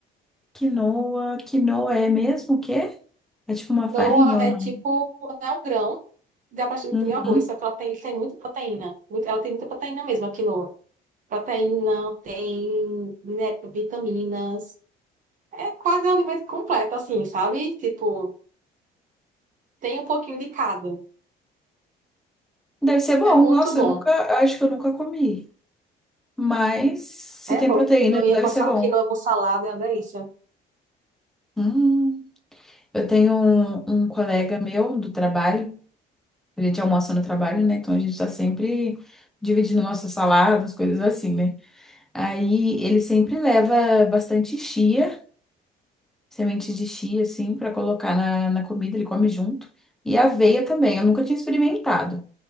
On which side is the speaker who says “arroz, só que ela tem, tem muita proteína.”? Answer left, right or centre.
Right